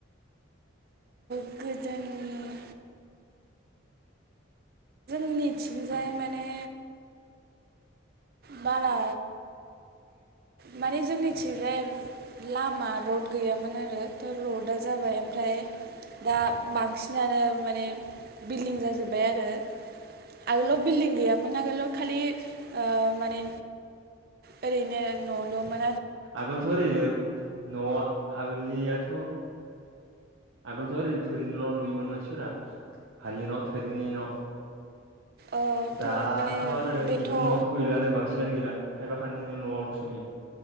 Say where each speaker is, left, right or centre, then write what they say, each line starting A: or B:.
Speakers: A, on the right; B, on the right.
A: गोदोनि जोंनिथिंजाय माने बाला
B: <inaudible>
A: माने जोंनिथिंजाय लामा रड गैयामोन आरो थ'रता जाबाय आमफ्राय दा बांसिनानो माने बिल्डिं जाजोबबाय आरो आगोलाव बिल्डिं गैयामोन आगोलाव खालि माने ओरैनो न'ल' मोन
B: आगोलथ' ओरैनो न' आगोलनिआथ' आगोलथ' ओरैनो थोरिनि न' लुयोमोन मानसिफोरा हारिनि न' थोरिनि न'
A: ओ थ'
B: दाथ'
A: माने
B: आरो
A: बेथ'
B: इफोर
A: ओ
B: न'आथ' गैलानो बांसिनानो गैला खायफा खाइनि बिदिनो न'आवल'सो‌ नुयो